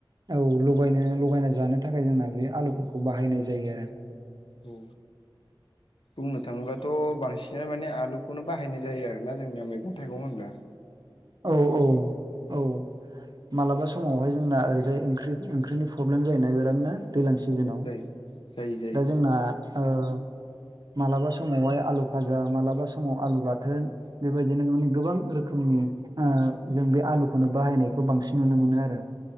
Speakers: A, on the right; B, on the left.
A: औ लगायनो लगायना जानो थाखाय जोंना बे आलुफोरखौ बाहायनाय जायो आरो।
B: औ बुंनो थाङोब्लाथ' बांसिन बिसिना माने आलुखौनो बाहायनाय जायो आरोना जोंनिया मैगं थाइगं होनब्ला।
A: औ औ औ। मालाबा समावहाय जोंना ओरैजाय ओंख्रिनि प्रब्लेम जायोना बिरादनो। दैज्लां
B: औ
A: सिजेनाव
B: जायो जायो जायो
A: दा जोंना ओ मालाबा समावहाय आलु फाजा मालाबा समाव आलु बाथोन। बेबायदिनो माने गोबां रोखोमनि आ जों बे आलुखौनो बाहायनायखौ बांसिन नुनो मोनो आरो।